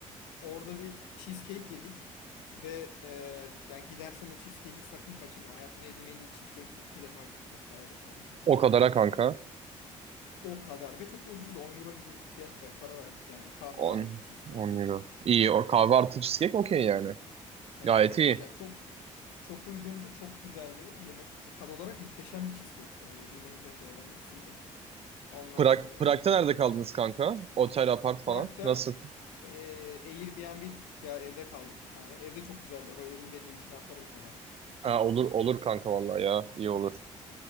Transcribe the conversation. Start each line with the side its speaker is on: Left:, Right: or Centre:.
Left: Orada bir cheesecake yedik ve e, yani gidersen o cheesecake'i sakın kaçırma. Hayatımda yediğim en iyi cheesecake'ti. İki defa gittik hatta öyle söyleyeyim. yani.
Right: O kadara kanka.
Left: O kadar ve çok da ucuzdu. on euro gibi bir fiyat ve para verdik yani kahve
Right: on
Left: artı cheesecake'e.
Right: on euro. İyi o kahve artı cheesecake okey yani.
Left: Evet
Right: Gayet
Left: evet.
Right: iyi.
Left: Ya çok Çok uygundu, çok güzeldi yemek. E, Tad olarak muhteşem bir cheesecake zaten. Yediğim en güzel şeylerden birisiydi. Ondan
Right: Prag,
Left: sonra
Right: Prag'da nerede kaldınız kanka? Otel, apart falan.
Left: Prag'da
Right: Nasıl?
Left: eee Airbnb tuttuk ya evde kaldık bir tane. Evde çok güzeldi. O evin de linkini atarım sana gideceğin
Right: Ha,
Left: zaman.
Right: olur olur kanka vallahi ya. İyi olur.